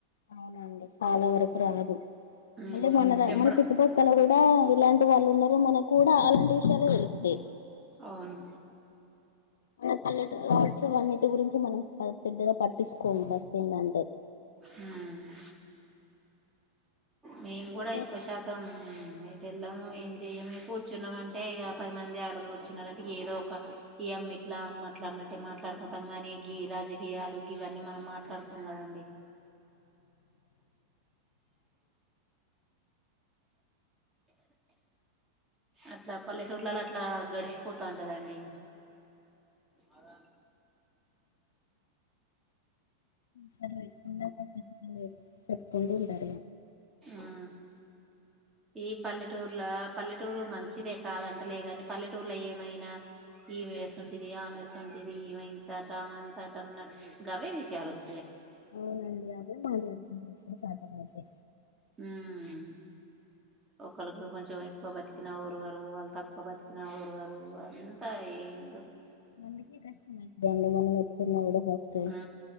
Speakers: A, on the left (about 65°); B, on the right (about 15°).
A: అవునండి చాలా వరకు రాదు
B: ఉమ్
A: మళ్ళీ మన
B: చెప్పడం
A: మన చుట్టుపక్కల కూడా ఇలాంటి వాళ్ళు ఉన్నారు. మనకు కూడా అలాంటి విషయాలే తెలుత్తాయి.
B: అవును
A: మన పల్లెటూర్ కాబట్టి అవన్నిటి గురించి మనం పెద్దగా పట్టించుకోము ఫస్ట్ ఏందంటే
B: హుమ్ మేము కూడా
A: ఏదో
B: ఎక్కువ శాతం వెళ్ళం ఏం చెయ్యము కూర్చున్నాం అంటే, ఇక పది మంది ఆడలు కూర్చున్నారు అంటే, ఏదో ఒక ఈ అమ్మి ఇట్లా అమ్మ అట్ల అన్నట్టే మా మాట్లాడుకుంటాం గాని గి రాజకీయాలు ఇవన్నీ మనం మాట్లాడుకోం కదండి. అట్లా పల్లెటూర్లలో అట్లా గడిచిపోతా ఉంటదండి. అద
A: సరకుంద అ పెట్టుకుంటు ఉంటరు
B: ఆ ఈ పల్లెటూర్లో పల్లెటూరు మంచిదే కాదంటలే కాని పల్లెటూర్లో ఏమైనా, ఈ మే ఎస్ ఉంటిది ఆమె స్ంటంటిది ఏమై టతామంతాటన్న గవే విషయాలు వస్
A: అవునండి అవే మాట్లాడుకుంటరు సాధ్యం అయితే
B: ఉమ్ ఒకళకి కొంచెం ఎక్కువ బతికినా ఒరువరు వాళ్ళు తక్కువ బతికినా ఓరువరు అంతా ఏం
A: నందుకే కష్టమే అండి మ మనకి కూడా ఫస్ట్
B: ఆ